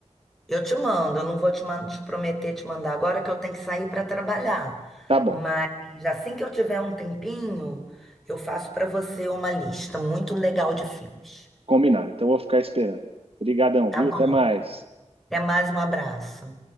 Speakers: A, in the centre; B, on the right.
A: Eu te mando, eu não vou te, man- te prometer te mandar agora que eu tenho que sair para trabalhar.
B: Tá bom,
A: Mas assim que eu tiver um tempinho, eu faço para você uma lista muito legal de filmes.
B: combinado. Então eu vou ficar esperando. Obrigadão,
A: Tá
B: viu?
A: bom.
B: Até mais.
A: Até mais, um abraço.